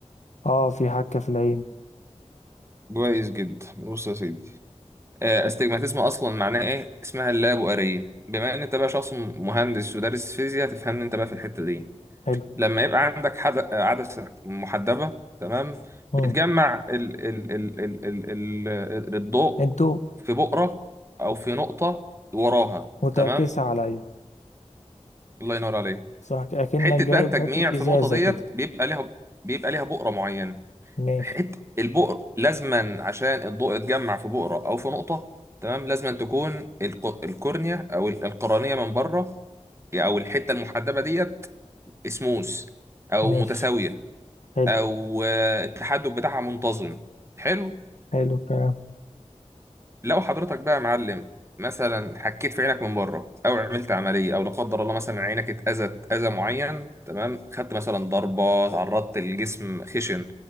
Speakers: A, on the left; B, on the right.
A: اه في حكة في العين
B: كويس جدا بص يا سيدي آه، استجماتيزم أصلا معناه إيه؟ اسمها اللابؤرية بما إن أنت بقى شخص مهندس ودارس فيزياء تفهمني أنت بقى في الحتة دي
A: حلو
B: لما يبقى عندك حد- عدسة محدبة تمام
A: امم
B: بتجمع ال ال ال ال ال ال ال- الضوء
A: الضوء
B: في بؤرة أو في نقطة وراها
A: وتعكسها
B: تمام
A: عليا
B: الله ينور عليك
A: صح اكنك
B: حتة
A: جايب
B: بقى التجميع
A: حتة
B: في
A: ازازة
B: النقطة ديت
A: كده
B: بيبقى ليها بيبقى ليها بؤرة معينة
A: ماشي
B: حتة البؤر لازما عشان الضوء يتجمع في بؤرة أو في نقطة تمام لازما تكون الق- القرنية أو ال- القرنية من بره أو الحتة المحدبة ديت اسموس أو
A: ماشي
B: متساوية
A: حلو
B: او آه، التحدث بتاعها منتظم حلو
A: حلو كلام
B: لو حضرتك بقى يا معلم مثلا حكيت في عينك من بره او عملت عمليه او لا قدر الله مثلا عينك اتاذت اذى معين تمام خدت مثلا ضربه تعرضت للجسم خشن